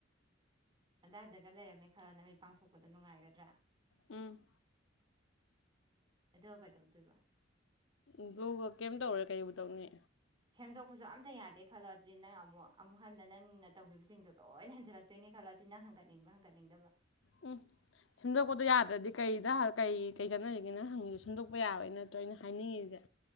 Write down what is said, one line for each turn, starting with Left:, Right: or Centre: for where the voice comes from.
Right: ꯑꯗꯥꯏꯗꯒ ꯂꯩꯔꯝꯃꯦ ꯈꯔ ꯅꯃꯤꯠ ꯄꯥꯡꯊꯣꯛꯄꯗ ꯅꯨꯡꯉꯥꯏꯒꯗ꯭ꯔꯥ꯫
Left: ꯎꯝ
Right: ꯑꯗꯣ ꯀꯩꯗꯧꯗꯣꯏꯕ꯫
Left: ꯑꯗꯨꯒ ꯀꯩꯝ ꯇꯧꯔꯦ ꯀꯩꯨ ꯇꯧꯅꯤ꯫
Right: ꯁꯦꯝꯗꯣꯛꯄꯁꯨ ꯑꯝꯇ ꯌꯥꯗꯦ ꯈꯜꯂꯣ ꯑꯗꯨꯗꯤ ꯅꯪ ꯑꯃꯨꯛ ꯑꯃꯨꯛ ꯍꯟꯅ ꯅꯪꯅ ꯇꯧꯈꯤꯕꯁꯤꯡꯗꯣ ꯂꯣꯏꯅ ꯍꯟꯖꯤꯜꯂꯛꯇꯣꯏꯅꯤ ꯈꯜꯂꯣ ꯑꯗꯨꯗꯤ ꯅꯪ ꯍꯪꯒꯠꯅꯤꯡꯕ꯭ꯔꯥ ꯍꯪꯀꯠꯅꯤꯡꯗꯕ꯭ꯔꯥ꯫
Left: ꯎꯝ ꯁꯦꯝꯗꯣꯛꯄꯗꯣ ꯌꯥꯗ꯭ꯔꯗꯤ ꯀꯩꯗ ꯀꯩ ꯀꯩ ꯀꯥꯅꯔꯤꯒꯦ ꯅꯪ ꯁꯦꯝꯗꯣꯛꯄ ꯌꯥꯕꯩ ꯅꯠꯇ꯭ꯔꯣ ꯑꯩꯅ ꯍꯥꯏꯅꯤꯡꯉꯤꯁꯦ